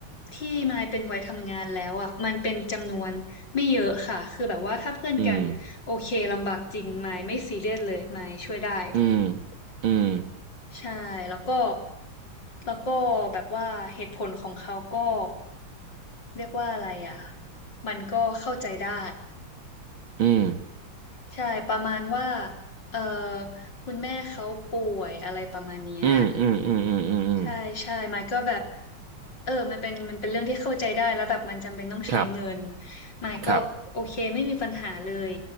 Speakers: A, on the left; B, on the right.
A: ที่ไมค์เป็นวัยทำงานแล้วอ่ะมันเป็นจำนวนไม่เยอะค่ะคือแบบว่าถ้าเพื่อนกันโอเคลำบากจริงไมค์ไม่ซีเรียสเลยไมค์ช่วยได้
B: อืมอืมอืม
A: ใช่แล้วก็แล้วก็แบบว่าเหตุผลของเขาก็เรียกว่าอะไรอ่ะมันก็เข้าใจได้
B: อืม
A: ใช่ประมาณว่าเออคุณแม่เขาป่วยอะไรประมาณเนี้ย
B: อืมอืมอืมอืมอืมอืม
A: ใช่ใช่ไมค์ก็แบบเออมันเป็นมันเป็นเรื่องที่เข้าใจได้แล้วแบบมันจำเป็นต้องใช้เงิน
B: ครับ
A: ไมค์ก็โอเคไม่มีปัญหาเลย
B: ครับ